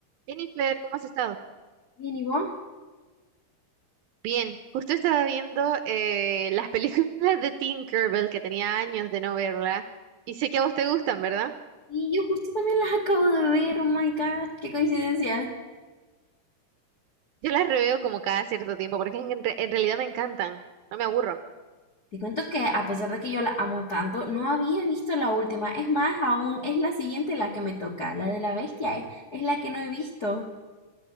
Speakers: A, on the right; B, on the left.
A: Jennifer, ¿cómo has estado?
B: Bien, ¿y vos?
A: Bien, justo estaba viendo eh, las <laughs> películas de Tinkerbell que tenía años de no verla y sé que a vos te gustan, ¿verdad?
B: Y yo justo también las acabo de ver, oh my god, qué coincidencia.
A: Yo las reveo como cada cierto tiempo porque en, re- en realidad me encantan, no me aburro.
B: Te cuento que a pesar de que yo la amo tanto, no había visto la última. Es más, aún es la siguiente la que me toca, la de la bestia, es, es la que no he visto.